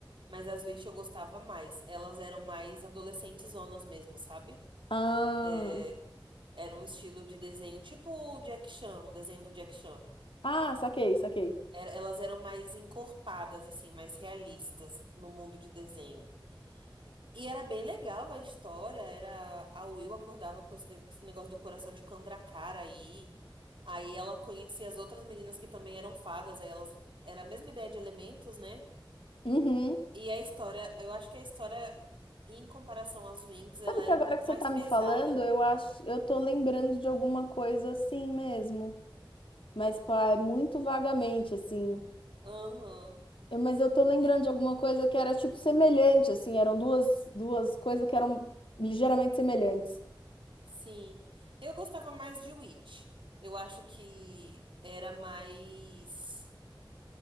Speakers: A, on the right (about 75°); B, on the left (about 90°).
A: Mas as Witch eu gostava mais. Elas eram mais adolescentezonas mesmo, sabe?
B: Ah,
A: É, era um estilo de desenho tipo o Jack Chan, o desenho do Jack Chan.
B: ah, saquei, saquei.
A: Era- elas eram mais encorpadas, assim, mais realistas no mundo de desenho. E era bem legal a história. Era a Will acordava com esse, esse negócio do coração de Kandrakara aí. Aí ela conhecia as outras meninas que também eram fadas. Aí elas era a mesma ideia de elementos, né?
B: Uhum.
A: E a história, eu acho que a história, em comparação às Winx, ela
B: Sabe que
A: era
B: agora
A: um pouco
B: que
A: mais
B: você tá
A: pesada.
B: me falando, eu acho, eu tô lembrando de alguma coisa assim mesmo. Mas, pá, é muito vagamente, assim.
A: Aham.
B: Eu- Mas eu tô lembrando
A: É,
B: de alguma coisa que era tipo semelhante, assim, eram duas, duas coisas que eram ligeiramente semelhantes.
A: sim. Eu gostava mais de Witch. Eu acho que era mais,